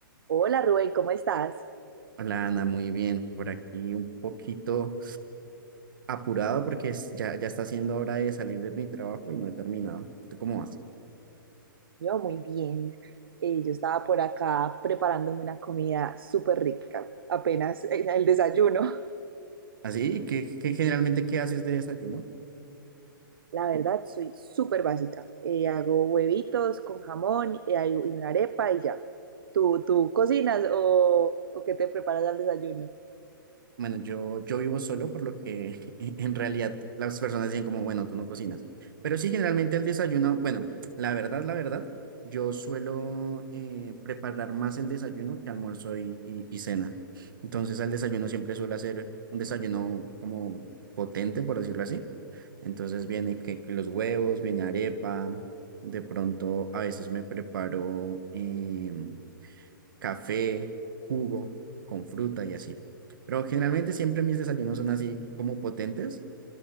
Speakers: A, on the right; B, on the right.
A: Hola Rubén, ¿cómo estás?
B: Hola Ana, muy bien. Por aquí un poquito apurado porque es- ya, ya está siendo hora de salir de mi trabajo y no he terminado. ¿Tú cómo vas?
A: Yo muy bien. Eh, yo estaba por acá preparándome una comida súper rica, apenas en el desayuno. <laughs>
B: Así, ¿qué, qué generalmente qué haces de desayuno?
A: La verdad, soy súper básica. Eh, hago huevitos con jamón y, hay- y una arepa y ya. ¿Tú, tú cocinas o, o qué te preparas al desayuno?
B: Bueno, yo, yo vivo solo, por lo que <laughs> en realidad las personas dicen como, bueno, tú no cocinas. Pero sí, generalmente el desayuno, bueno, la verdad, la verdad, yo suelo eh, preparar más el desayuno que almuerzo y, y y cena. Entonces al desayuno siempre suelo hacer un desayuno como potente, por decirlo así Entonces viene que que los huevos, viene arepa, de pronto a veces me preparo em, café, jugo con fruta y así. Pero generalmente siempre mis desayunos son así como potentes